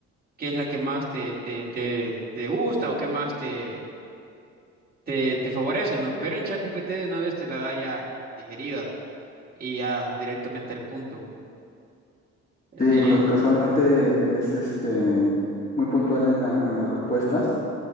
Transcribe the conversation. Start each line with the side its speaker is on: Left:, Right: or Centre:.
Right: qué es la que más te, te, te, te gusta o qué más te, te, te favorece, ¿no? Pero en ChatGPT de una vez te la da ya digerida y ya directamente al punto. Eh,
Left: Sí, ju- casualmente es este muy puntual en la, en las respuestas.